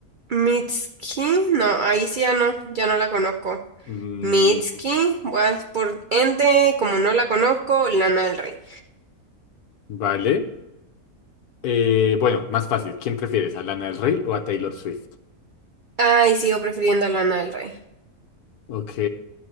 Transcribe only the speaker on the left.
Mm,
vale. Eh, bueno, más fácil. ¿Quién prefieres? ¿A Lana del Rey o a Taylor Swift?
Ok.